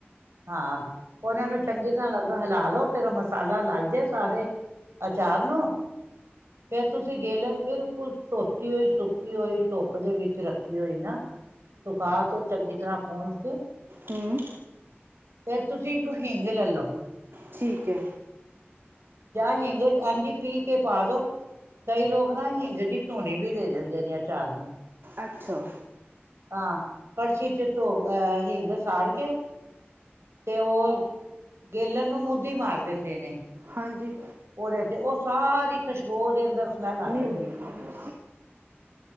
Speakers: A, on the right; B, on the right.
A: ਹਾਂ, ਉਹਨਾਂ ਨੂੰ ਚੰਗੀ ਤਰ੍ਹਾਂ ਲੱਗੋ ਹਿਲਾ ਲੋ, ਫਿਰ ਮਸਾਲਾ ਲੱਗ ਜੇ ਸਾਰੇ ਅਚਾਰ ਨੂੰ ਫਿਰ ਤੁਸੀਂ ਗੇਲਣ ਬਿਲਕੁਲ ਧੋਤੀ ਹੋਈ, ਸੁੱਕੀ ਹੋਈ ਧੁੱਪ ਦੇ ਵਿੱਚ ਰੱਖੀ ਹੋਈ ਨਾ ਸੁਕਾਾ ਕੇ ਚੰਗੀ ਤਰ੍ਹਾਂ ਪੂਝ ਕੇ
B: ਹਮ।
A: ਫਿਰ ਤੁਸੀਂ ਇੱਕ ਹਿੰਗ ਲੈ ਲਓ।
B: ਠੀਕ ਐ।
A: ਜਾਂ ਹਿੰਗ ਇੰਜ ਈ ਪੀ ਕੇ ਪਾ ਦੋ। ਕਈ ਲੋਕ ਨਾ ਹਿੰਗ ਦੀ ਧੂਨੀ ਵੀ ਦੇ ਦਿੰਦੇ ਨੇ ਅਚਾਰ ਨੂੰ।
B: ਅੱਛਾ।
A: ਹਾਂ ਕੜਛੀ ਚ ਧੋ ਅਹ ਹਿੰਗ ਸਾੜ ਕੇ ਤੇ ਓ ਗੇਲਣ ਨੂੰ ਮੁੱਧੀ ਮਾਰ ਦਿੰਦੇ ਨੇ।
B: ਹਾਂਜੀ।
A: ਉਹਦੇ ਤੇ ਉਹ ਸਾਰੀ ਖੁਸ਼ਬੋ ਓ ਦੇ ਅੰਦਰ ਸਮੈਲ ਆ ਜਾਂਦੀ
B: ਨਈ, ਹਮ।
A: ਹੈ